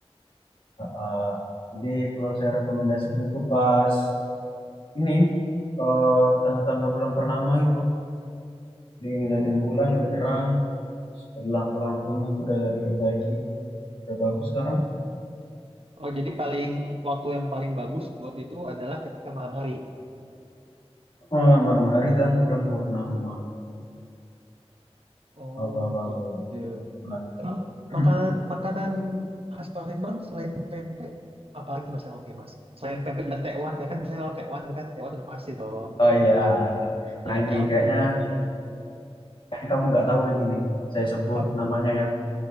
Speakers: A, on the left; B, on the right.
A: Heeh. Jadi kalau saya rekomendasikan itu pas ini eh, tanggal-tanggal bulan purnama itu, jadi ngeliatin bulan lebih terang, ada lampu-lampunya itu udah diperbaiki, udah bagus sekarang.
B: Oh, jadi paling waktu yang paling bagus buat itu adalah ketika malam hari.
A: Eh, malam hari dan bulan purnama
B: Oh,
A: awal-awal
B: gitu.
A: bulan.
B: Emang
A: <laughs>
B: makanan makanan khas Palembang selain pempek apalagi mas yang oke mas? Selain pempek dan tekwan ya kan biasanya kalau tekwan tuh kan tekwan udah pasti dong.
A: Oh ya,
B: Ya
A: nah
B: kan
A: ini
B: tekwan
A: kayaknya
B: itu <laughs> iya.
A: kayaknya kamu nggak tahu yang ini. Saya sebut
B: Apa?
A: namanya ya